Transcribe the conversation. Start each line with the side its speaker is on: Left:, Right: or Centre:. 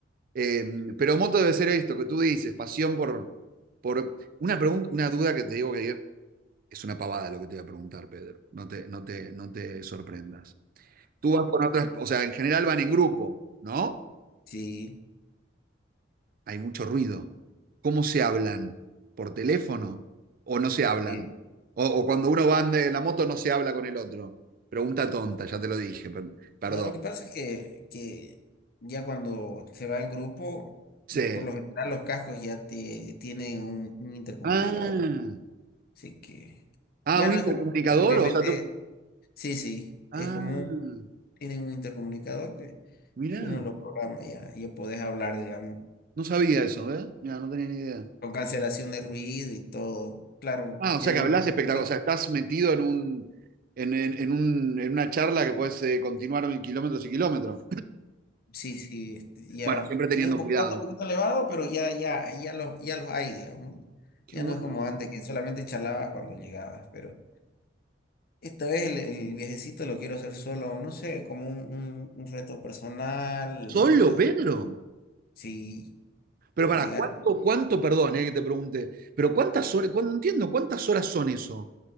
Right: Eh, pero moto debe ser esto que tú dices, pasión por... por una, pregunta, una duda que te digo que es una pavada lo que te voy a preguntar, Pedro. No te, no te, no te sorprendas. Tú vas con otras, o sea, en general van en grupo, ¿no?
Left: sí.
Right: Hay mucho ruido. ¿Cómo se hablan? ¿Por teléfono? ¿O no se hablan?
Left: eh,
Right: O, o cuando uno va en la moto no se habla con el otro. Pregunta tonta, ya te lo dije, per- perdón.
Left: no, lo que pasa es que, que ya cuando se va en grupo,
Right: Sí.
Left: l- por lo general los cascos ya te- tienen un, un intercomunicador.
Right: Ah,
Left: Así que
Right: ah,
Left: ya
Right: un
Left: no
Right: intercomunicador,
Left: es como, obviamente,
Right: o sea, tú-
Left: sí, sí,
Right: Ah,
Left: es como, un- tienen un intercomunicador que,
Right: mirá.
Left: que uno lo programa ya, ya podés hablar, digamos,
Right: No sabía eso, ¿eh? Mira, no tenía ni idea.
Left: con cancelación de ruido y todo. Claro,
Right: Ah, o
Left: tienen
Right: sea que hablas espectacular,
Left: un...
Right: o sea, estás metido en un, en, en- en un- en una charla que puedes eh, continuar en kilómetros y kilómetros.
Left: Sí, sí, este, ya
Right: Bueno, siempre teniendo
Left: tiene un poco,
Right: cuidado.
Left: costo un poquito elevado, pero ya, ya, ya los, ya los hay, digamos.
Right: Qué
Left: Ya
Right: bueno.
Left: no es como antes, que solamente charlabas cuando llegabas, pero esta vez el, el viajecito lo quiero hacer solo, no sé, como un, un- un reto personal,
Right: ¿Solo,
Left: este,
Right: Pedro?
Left: si
Right: Pero
Left: llegara,
Right: para, ¿cuánto, cuánto, perdón, eh, que te pregunte, pero cuántas horas, cuán- no entiendo, ¿cuántas horas son eso?